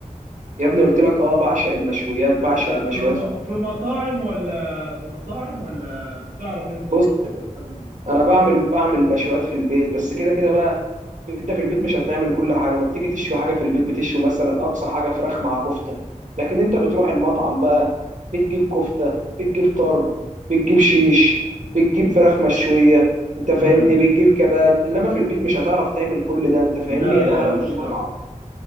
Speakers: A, on the right; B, on the right.
A: يا ابني قلت لك اه بعشق المشويات بعشق
B: آه،
A: المشويات
B: في م-
A: في-
B: في مطاعم ولا في مطاعم ولا بتعرف أنت
A: بص
B: تطبخ الحاجة دي؟
A: انا بعمل بعمل مشويات في البيت بس كده كده بقى انت في البيت مش هتعمل كل حاجه ما بتيجي تشوي حاجه في البيت بتشوي مثلا اقصى حاجه فراخ مع كفته لكن انت بتروح المطعم بقى بتجيب كفته بتجيب طرب بتجيب شيش بتجيب فراخ مشويه انت فاهمني
B: امم
A: بتجيب كباب انما في البيت مش هتعرف تعمل كل ده انت فاهمني
B: لا
A: هي
B: لا
A: ده حلاوه
B: مش
A: المطعم
B: تعرف